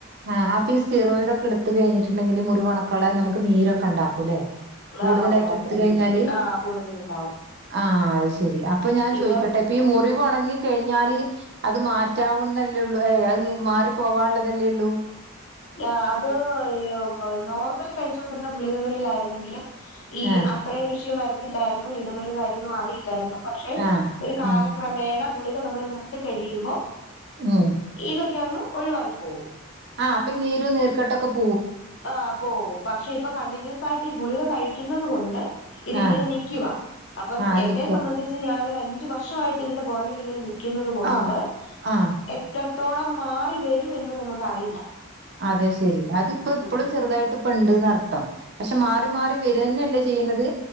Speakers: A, on the right; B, on the left.
A: ആ അപ്പ ഈ സ്റ്റിറ്റോയിഡ് ഒക്കെ എടുത്ത് കഴിഞ്ഞിട്ടുണ്ടെങ്കിൽ മുറിവൊണകള്ളാ നമക്കീ നീരൊക്കെ ഇണ്ടാക്കും ല്ലേ കൂടുതലായിട്ട്
B: ആ ഉണ്ടാക്കും
A: എടുത്ത കഴിഞ്ഞാല്
B: ആ കൂടുതലുണ്ടാവും
A: ആ അയ് ശരി അപ്പൊ ഞാൻ ചോയ്ക്കട്ടെ
B: ഇപ്പം
A: അപ്പൊ ഈ മുറിവ് ഉണങ്ങി കഴിഞ്ഞാല് അത് മാറ്റാവുന്നല്ലേ ഉള്ളൂ ഏ അത് മാറി പോവാനുള്ളതല്ലേ ഉള്ളൂ ഉം
B: ആ അത് ഇയോ നോർമൽ കഴിച്ചുകോണ്ടിരുന്ന കുളികകളിലായിരുന്നെങ്കിൽ ഈ
A: ആ
B: അത്രയും വിഷയം വര് പത്തില്ലായിരുന്നു ഇടമെല കാര്യങ്ങളും അറിയില്ലായിരുന്നു പക്ഷെ
A: ആഹ്
B: ഒരു കാലക്രമേണ
A: ഉം
B: കുളിക നമ്മൾ നിർത്തി കഴിയുമ്പോ
A: ഉം
B: ഇതൊക്കെയങ്ങു ഒഴിവായി പോവും
A: ആ അപ്പ നീരും നീർക്കെട്ടൊക്കെ പോ
B: ആ പോവും പക്ഷെ ഇപ്പൊ കണ്ടിന്യൂസായിട്ട് ഈ കുളിക കഴിക്കുന്ന തു കൊണ്ട് ഇതിങ്ങനെ
A: ആഹ്
B: നിക്കിവാ അപ്പം
A: ആഹ്
B: എന്നെ
A: നിക്കും
B: സംബന്ധിച്ച് ഞാൻ അഞ്ച് വർഷായിട്ട് ഇതിന്റെ പുറകിൽ ഇങ്ങനെ നി ക്കിന്നത് കൊണ്ട്
A: ആഹ് ആഹ്
B: എത്ര ത്തോളം മാറി വരുമെന്ന് നമുക്കറിയില്ല
A: അതെ ശരി അത് ഇപ്പ എപ്പളും
B: ഉം
A: ചെറുതായിട്ട് ഇപ്പ ഇണ്ട്ന്ന്‌ അർത്ഥം പക്ഷെ മാറി മാറി വെര്കെന്നെല്ലേ ചെയ്യ്ണത്